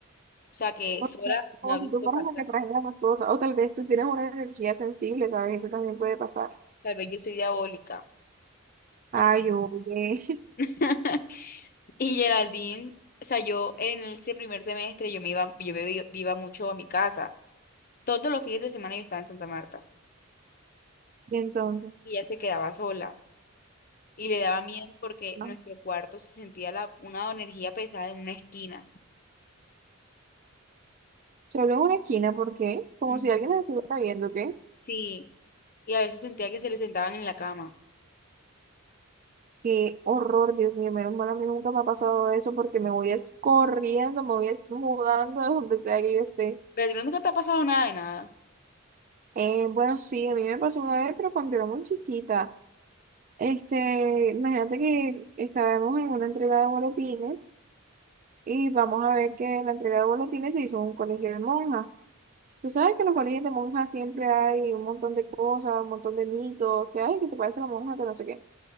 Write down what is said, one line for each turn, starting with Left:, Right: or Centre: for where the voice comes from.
Left: O sea, que
Right: O
Left: sola
Right: sea, como
Left: no ha visto
Right: si tú fueras
Left: fantasmas.
Right: la que trajera las cosas. O tal vez tú tienes una energía sensible, ¿sabes? Eso también puede pasar.
Left: Tal vez yo soy diabólica.
Right: Ay,
Left: No sé.
Right: oye. <laughs>
Left: <laughs> Y Geraldine, o sea, yo en ese primer semestre yo me iba, yo me iba iba mucho a mi casa. Todos los fines de semana yo estaba en Santa Marta
Right: Y entonces,
Left: y ella se quedaba sola y le daba miedo porque
Right: mira.
Left: nuestro cuarto se sentía la, una energía pesada en una esquina.
Right: Solo en una esquina, ¿por qué? Como
Left: Mm.
Right: si alguien nos estuviera viendo, ¿qué?
Left: Sí, y a veces sentía que se le sentaban en la cama.
Right: Qué horror, Dios mío, menos mal a mí nunca me ha pasado eso porque me voy es corriendo, me voy es mudando de donde sea que yo esté.
Left: Pero a ti no, nunca te ha pasado nada de nada.
Right: Eh, bueno, sí, a mí me pasó una vez, pero cuando era muy chiquita. Este, imagínate que estábamos en una entrega de boletines y vamos a ver que la entrega de boletines se hizo en un colegio de monjas. Tú sabes que en los colegios de monjas siempre hay un montón de cosas, un montón de mitos, que ay, que te parece la monja, que no sé qué.